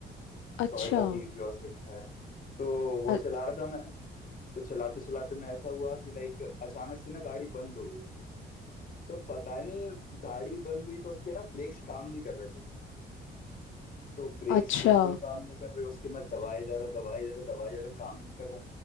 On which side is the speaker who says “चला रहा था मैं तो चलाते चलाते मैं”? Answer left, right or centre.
Left